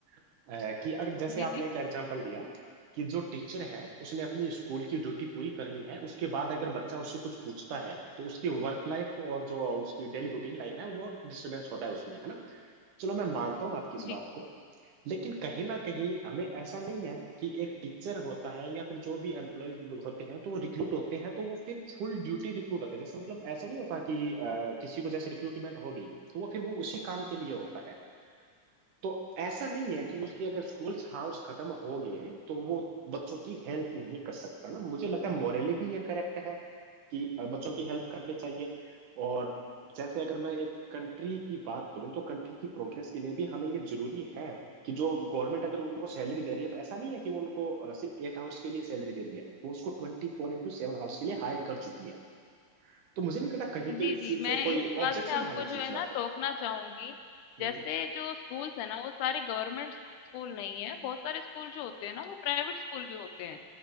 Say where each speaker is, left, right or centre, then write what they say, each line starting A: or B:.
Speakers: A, on the right; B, on the left.
A: अ, कि अगर जैसे
B: जी
A: आपने
B: जी
A: एक एग्जांपल दिया कि जो टीचर है उसने अपनी स्कूल की ड्यूटी पूरी कर ली है उसके बाद अगर बच्चा उससे कुछ पूछता है तो उसकी वर्क लाइफ और जो उसकी डेली रूटीन लाइफ है वो डिस्टर्बेंस होता है उसमें है ना चलो मैं मानता हूँ आपकी इस
B: जी
A: बात को लेकिन कहीं ना कहीं हमें ऐसा नहीं है कि एक टीचर होता है या फिर जो भी एम्प्लॉयज होते हैं तो वो रिक्रूट होते हैं तो वो फिर फुल ड्यूटी रिक्रूट होते हैं जैसे मतलब ऐसा नहीं होता कि अ, किसी को जैसे रिक्रूटमेंट हो गई तो वो फिर वो उसी काम के लिए होता है तो ऐसा नहीं है कि उसके अगर स्कूल्स हाउस खत्म हो गए तो वो बच्चों की हेल्प नहीं कर सकता ना मुझे लगता है मोरली भी ये करेक्ट है कि अ, बच्चों की हेल्प करनी चाहिए और जैसे अगर मैं एक कंट्री की बात करूं तो कंट्री की प्रोग्रेस के लिए भी हमें ये जरूरी है कि जो गवर्नमेंट अगर उनको सैलरी दे रही है तो ऐसा नहीं है कि वो उनको अ, सिर्फ एट आवर्स के लिए सैलरी दे रही है वो उसको ट्वेंटी फोर इंटू सेवन आवर्स के लिए हायर कर चुकी है तो मुझे नहीं लगता कहीं
B: जी,
A: पे इस
B: जी।
A: चीज
B: मैं
A: का कोई
B: इस बात
A: ऑब्जेक्शन
B: में आपको
A: होना चाहिए
B: जो है
A: इस बात
B: ना
A: का
B: टोकना चाहूँगी,
A: हम्म
B: जैसे जो स्कूल्स हैं ना वो सारे गवर्नमेंट स्कूल नहीं है, बहुत सारे स्कूल जो होते हैं ना वो प्राइवेट स्कूल भी होते हैं।